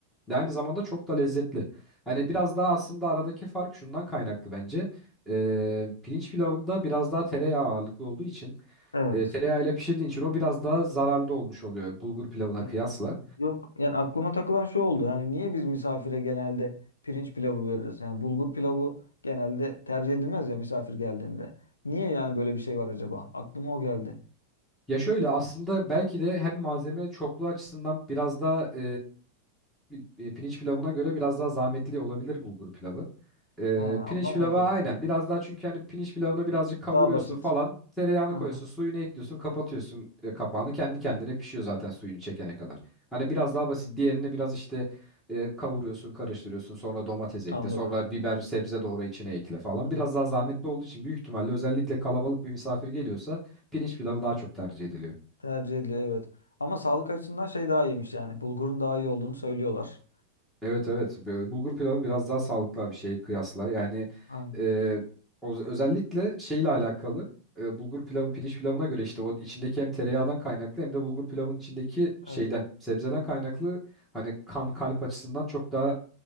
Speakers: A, in the centre; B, on the left.
A: ve aynı zamanda çok da lezzetli. Hani biraz daha aslında aradaki fark şundan kaynaklı bence. E, pirinç pilavında biraz daha tereyağı ağırlıklı olduğu için
B: Evet.
A: e, tereyağıyla pişirdiğin için o biraz daha zararlı olmuş oluyor bulgur pilavına
B: Y-
A: kıyasla.
B: Yok yani aklıma takılan şu oldu. Hani niye biz misafire genelde pirinç pilavı veririz? Yani bulgur pilavı genelde tercih edilmez ya misafir geldiğinde. Niye yani böyle bir şey var acaba? Aklıma o geldi.
A: Ya şöyle aslında belki de hem malzeme çokluğu açısından biraz daha e, pi- e, pirinç pilavına göre biraz daha zahmetli olabilir bulgur pilavı. E,
B: Ha,
A: pirinç
B: ondan
A: pilavı
B: mı acaba?
A: aynen biraz daha çünkü hani pirinç pilavını birazcık kavuruyorsun
B: Daha basit.
A: falan tereyağını
B: Aha.
A: koyuyorsun suyunu ekliyorsun kapatıyorsun e, kapağını kendi kendine pişiyor zaten suyunu çekene kadar. Hani biraz daha
B: Hmm,
A: basit diğerini biraz işte e, kavuruyorsun karıştırıyorsun sonra domates ekle
B: Anladım.
A: sonra biber sebze doğru içine ekle falan
B: Hı-hı.
A: biraz daha zahmetli olduğu için büyük ihtimalle özellikle kalabalık bir misafir geliyorsa pirinç pilavı daha çok tercih ediliyor.
B: Tercih ediliyor evet. Ama sağlık açısından şey daha iyiymiş yani. Bulgurun daha iyi olduğunu söylüyorlar.
A: Evet evet Böyle bulgur pilavı biraz daha sağlıklı bir şeye kıyasla yani
B: Aynen.
A: e, o- özellikle şeyle alakalı e, bulgur pilavı pirinç pilavına göre işte o içindeki hem tereyağından kaynaklı hem de bulgur pilavın içindeki şeyden
B: Evet,
A: sebzeden kaynaklı hani kan kalp açısından çok daha